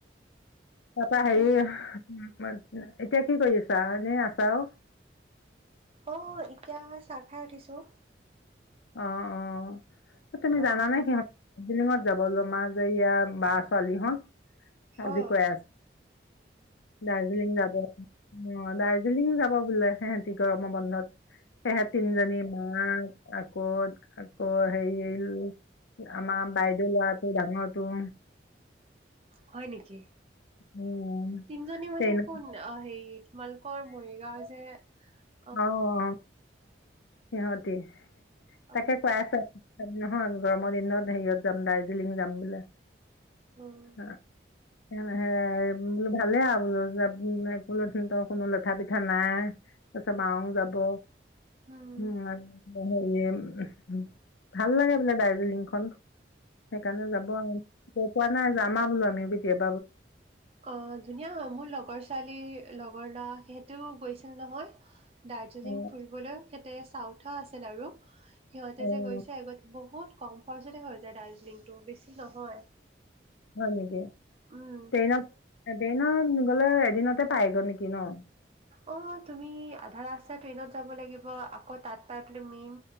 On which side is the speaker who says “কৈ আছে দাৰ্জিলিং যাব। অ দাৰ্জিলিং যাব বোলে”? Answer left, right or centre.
Left